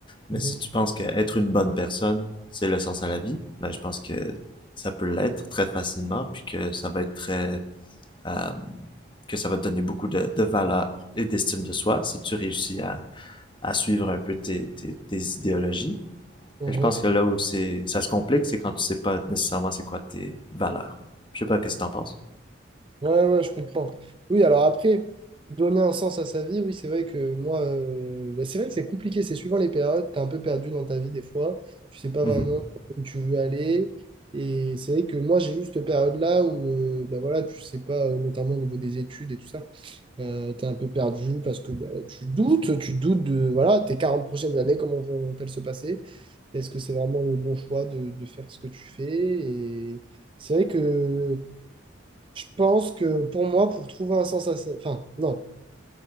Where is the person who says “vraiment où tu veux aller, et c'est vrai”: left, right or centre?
Right